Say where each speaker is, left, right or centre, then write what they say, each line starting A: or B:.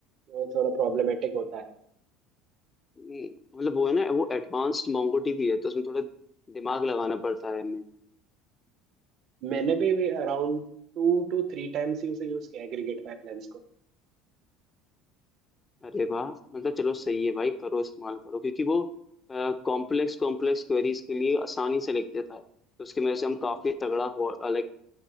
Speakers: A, on the right; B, on the left.
A: वो थोड़ा प्रॉब्लमेटिक होता है
B: नहीं, मतलब वो है ना वो एडवांस्ड मोंगोडीबी है तो उसमें थोड़ा दिमाग लगाना पड़ता है हमें
A: मैंने भी around two two three times ही उसे यूज किया एग्रीगेट पाइपलाइंस को
B: अरे वाह मतलब चलो सही है भाई करो इस्तेमाल करो क्योंकि वो कॉम्प्लेक्स कॉम्प्लेक्स क्वेरीज के लिए आसानी से लिख देता है तो उसकी वजह से हम
A: हम्म।
B: काफी तगड़ा लाइक